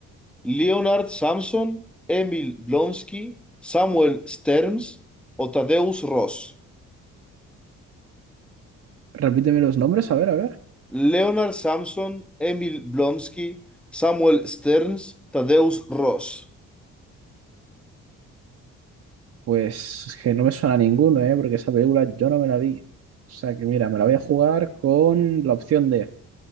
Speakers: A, in the centre; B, on the right.
A: ¿Leonard Samson, Emil Blonsky, Samuel Sterns o Tadeusz Ross?
B: Repíteme los nombres, a ver, a ver.
A: Leonard Samson, Emil Blonsky, Samuel Sterns, Tadeusz Ross.
B: Pues es que no me suena ninguno, ¿eh? Porque esa película yo no me la vi. O sea que mira, me la voy a jugar con la opción D.